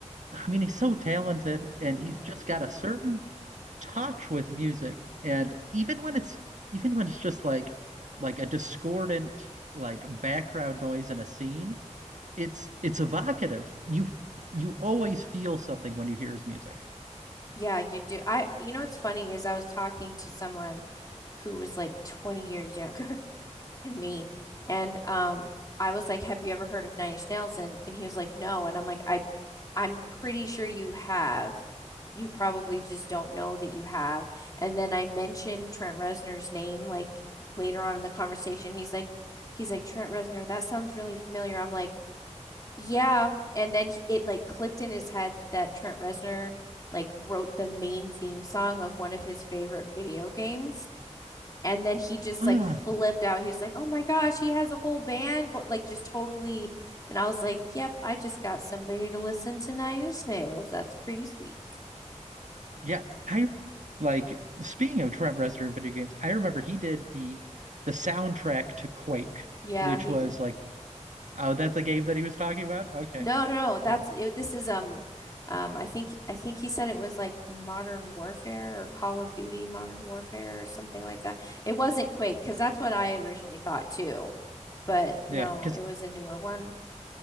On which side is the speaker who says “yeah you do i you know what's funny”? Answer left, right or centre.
Left